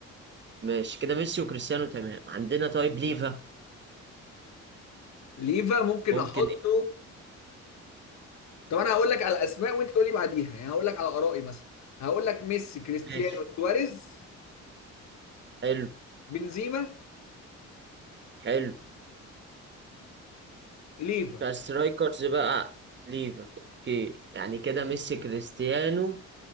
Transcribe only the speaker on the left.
ليفا ممكن
احطه
طب انا هقول لك على الاسماء وانت تقول لي بعديها يعني هقول لك على ارائي مثلا هقول لك ميسي كريستيانو
سواريز
بنزيما
ليفا